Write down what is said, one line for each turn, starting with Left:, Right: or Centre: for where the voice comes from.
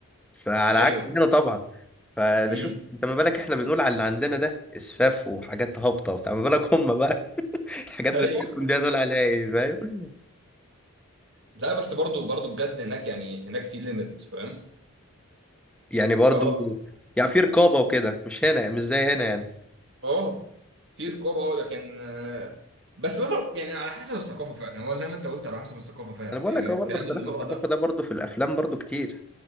Centre: فعلى
Right: ايوه
Centre: عكس هنا طبعا فده
Right: امم
Centre: شوف انت ما بالك احنا بنقول على اللي عندنا ده اسفاف وحاجات هابطه وبتاع ما بالك هم بقى الحاجات
Right: <laughs>
Centre: بتاعتهم
Right: ايوه
Centre: دي هدول عليها ايه فاهم
Right: لا بس برضو برضو بجد هناك يعني هناك في ليميت فاهم
Centre: يعني برضو
Right: اه
Centre: يعني في رقابة وكده مش هنا مش زي هنا يعني
Right: اه في رقابه اه لكن آه، بس برضه يعني على حسب الثقافه فعلا يعني هو زي ما انت قلت على حسب الثقافه فعلا
Centre: انا بقول
Right: يعني
Centre: لك هو
Right: الكلام
Centre: برضو اختلاف
Right: اللي بره
Centre: الثقافة
Right: ده
Centre: ده برضو في الافلام برضو كتير